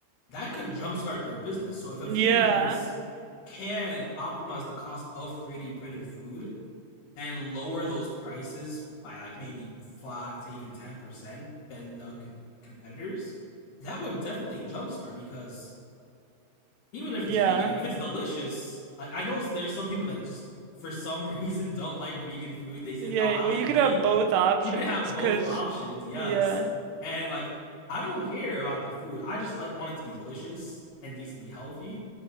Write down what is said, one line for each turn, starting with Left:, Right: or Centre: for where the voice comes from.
Left: that could jumpstart their business. So if a
Right: Yeah.
Left: vegan place can optimize the cost of 3D printed food and lower those prices by like maybe 5 to even 10% than the com- competitors, that would definitely jumpstart because even
Right: Yeah.
Left: if it's vegan, if it's delicious, like I know there's some people that just for some <laughs> reason don't like vegan food. They said,
Right: Yeah,
Left: "No, I
Right: well
Left: like
Right: you
Left: meat."
Right: could have both options
Left: you could have both
Right: 'cause
Left: options, yes.
Right: yeah.
Left: And like I don't care about the food. I just like want it to be delicious and decently healthy.